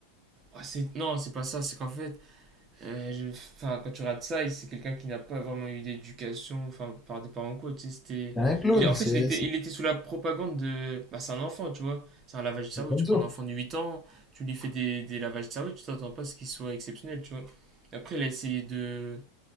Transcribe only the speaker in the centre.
C'est un clone,
c'est
c'est
c'est Gonzo.